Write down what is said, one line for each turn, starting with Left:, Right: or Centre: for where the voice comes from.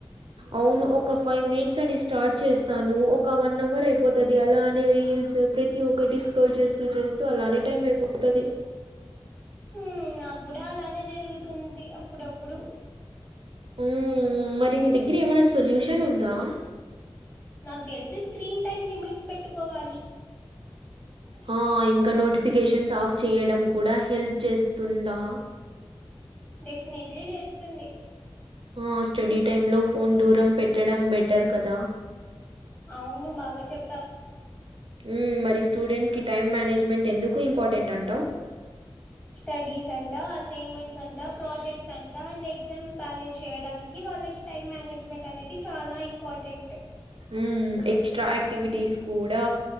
Right: అవును ఒక ఫైవ్ మినిట్స్ అని స్టార్ట్ చేస్తాను ఒక వన్ అవర్ అయిపోతది అలా అనే రీల్స్ ప్రతి ఒక్కటి స్క్రోల్ చేస్తూ చేస్తూ అలానే టైం అయిపోతది
Left: మ్ నాకు కూడా అలానే జరుగుతుంది అప్పుడుఅప్పుడు
Right: ఉ మరి నీ దగ్గర ఏమైనా సొల్యూషన్ ఉందా
Left: నాకు తెలిసి స్క్రీన్ టైమ్ లిమిట్స్ పెట్టుకోవాలి
Right: ఆ ఇంకా నోటిఫికేషన్స్ ఆఫ్ చేయడం కూడా హెల్ప్ చేస్తుందా
Left: డెఫినెట్లీ చేస్తుంది
Right: ఓ స్టడీ టైమ్ లో ఫోన్ దూరం పెట్టడం బెటర్ కదా
Left: అవును బాగా చెప్పావు
Right: ఉమ్ మరి స్టూడెంట్స్ కి టైం మేనేజ్మెంట్ ఎందుకు ఇంపార్టెంట్ అంటావు
Left: స్టడీస్ అంట అసైన్మెంట్స్ అంట ప్రాజెక్ట్స్ అంట అండ్ ఎగ్జామ్స్ బ్యాలెన్స్ చేయడానికి వాళ్ళకి టైం మేనేజ్మెంట్ అనేది చాలా ఇంపార్టెంట్
Right: ఉమ్ ఎక్స్ట్రా యాక్టివిటీస్ కూడా